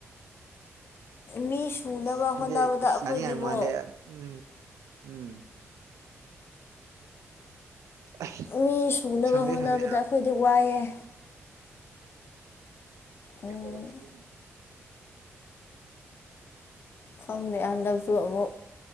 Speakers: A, on the left; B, on the right.
A: ꯃꯤ ꯁꯨꯅꯕ
B: ꯁꯗꯦ
A: ꯍꯣꯠꯅꯕꯗ ꯑꯩꯈꯣꯏꯗꯤꯀꯣ
B: ꯁꯅꯤ ꯍꯥꯏ ꯃꯗꯦ ꯎꯝ ꯎꯝ ꯑꯩ
A: ꯃꯤ ꯁꯨꯅꯕ
B: ꯁꯪꯗꯦ
A: ꯍꯣꯠꯅꯕꯗ
B: ꯁꯪꯗꯦ
A: ꯑꯩꯈꯣꯏꯗꯤ ꯋꯥꯏꯑꯦ ꯎꯝ
B: ꯑꯩ ꯇ ꯋꯥ <unintelligible>
A: ꯈꯪꯗꯦ ꯍꯟꯗꯛꯁꯨ ꯑꯃꯨꯛ